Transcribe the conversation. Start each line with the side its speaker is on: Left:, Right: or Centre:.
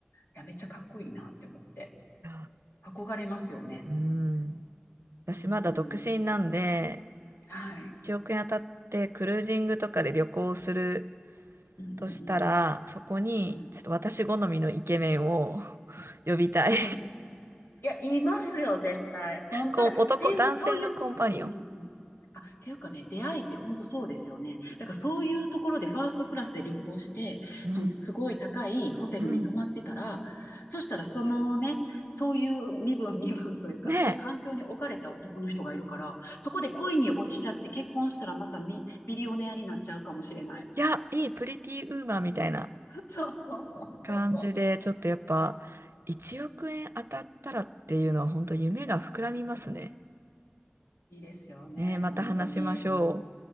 Left: や、めっちゃかっこいいなって思って、
Right: あ
Left: 憧れますよね。
Right: うん。私まだ独身なんで、
Left: うん。はい。
Right: 1億円当たってクルージングとかで旅行する
Left: うんうん
Right: としたら、そこにちょっと私好みのイケメンを
Left: うん。うん。
Right: <laughs> 呼びたい。
Left: いや、いや、いますよ、絶対。本当だ。
Right: こう男、
Left: っていうか、
Right: 男性のコンパニオン
Left: そういう、うんうん。あ、っていうかね、出会いって本当そうですよね。だからそういうところでファーストクラスで旅行して、
Right: うん。
Left: そのすごい高いホテルに泊まってたら、
Right: うん
Left: そしたらそのね、そういう身分身分というか、
Right: ねえ。
Left: そういう環境に置かれた男の人がいるから、そこで恋に落ちちゃって結婚したらまたミ、ビリオネアになっちゃうかもしれない。
Right: いや、いい、プリティウーマンみたいな
Left: そうそうそうそうそ
Right: 感じで、ちょっとやっぱ、1億円当たったらっていうのは、本当夢が膨らみますね。
Left: う。いいですよね、
Right: ねえ、また話しましょう。
Left: 本当に。